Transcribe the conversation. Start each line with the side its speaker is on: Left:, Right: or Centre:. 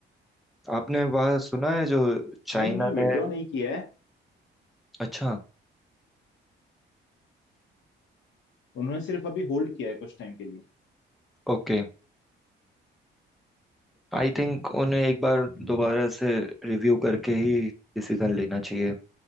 Centre: आपने वह सुना है जो चाइना
Left: नहीं उन्होंने
Centre: ने
Left: विड्रॉ नहीं किया है
Centre: अच्छा
Left: उन्होंने सिर्फ अभी होल्ड किया है कुछ टाइम के लिए
Centre: ओके आई थिंक उन्हें एक बार
Left: हम्म
Centre: दोबारा से रिव्यू करके ही डिसीजन लेना चाहिए